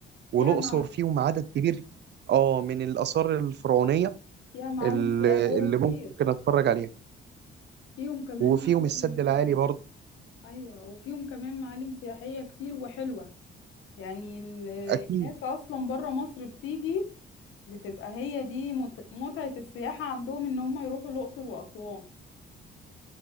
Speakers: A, on the right; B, on the left.
A: والأقصر
B: فيها مع...
A: فيهم عدد كبير آه من الآثار الفرعونية
B: فيها معالم
A: اللي
B: سياحية
A: اللي ممكن
B: كتير
A: اتفرج عليها
B: فيهم كمان
A: وفيهم
B: معالم
A: السد العالي
B: آه،
A: برضه
B: أيوة وفيهم كمان معالم سياحية كتير وحلوة يعني ال-
A: اكيد
B: الناس أصلا برا مصر بتيجي بتبقى هي دي مت... متعة السياحة عندهم إن هم يروحوا الأقصر وأسوان